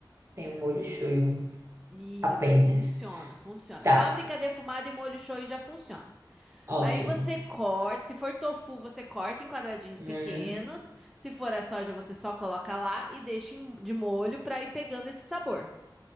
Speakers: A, on the right (about 35°); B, in the centre.
A: tem um molho shoyu
B: Isso,
A: apenas.
B: funciona, funciona.
A: Tá,
B: Páprica defumada e molho shoyu já funciona.
A: ótimo.
B: Aí você corta, se for tofu, você corta em quadradinhos
A: Hum,
B: pequenos. Se for a soja, você só coloca lá e deixa em- de molho pra ir pegando esse sabor.